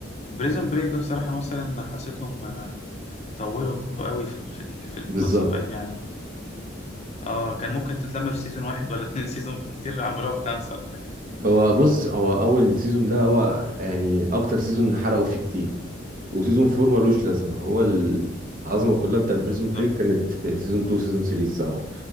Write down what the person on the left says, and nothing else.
بريزون بريك ده بصراحة مثلا حسيتهم طولوا قوي في في في القصة
فاهم يعني آه كان ممكن تتلم في سيزون واحد ولا اتنين سيزون بالكتير عملوها في خمسة ولا حاجة
بالظبط